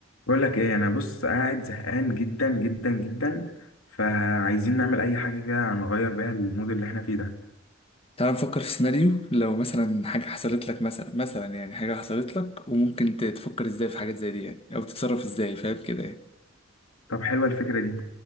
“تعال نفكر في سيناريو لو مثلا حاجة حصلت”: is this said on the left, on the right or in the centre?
Left